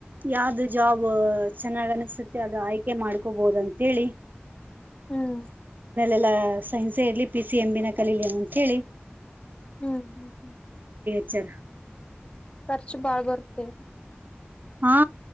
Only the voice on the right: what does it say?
ಯಾವ್ದು ಜಾಬ್ ಚೆನ್ನಾಗ್ ಅನ್ಸುತ್ತೆ ಅದು ಆಯ್ಕೆ ಮಾಡ್ ಕೊಬೋದಂತೆಳಿ
ಲ್ಲಾ ಸೈನ್ಸೇ ಇರ್ಲಿ ಪಿ ಸಿ ಎಂ ಬಿ ನೆ ಕಲೀಲಿ ಅಂತ ಹೇಳಿ
ಹಚ್ಯಾರ.
ಹಾ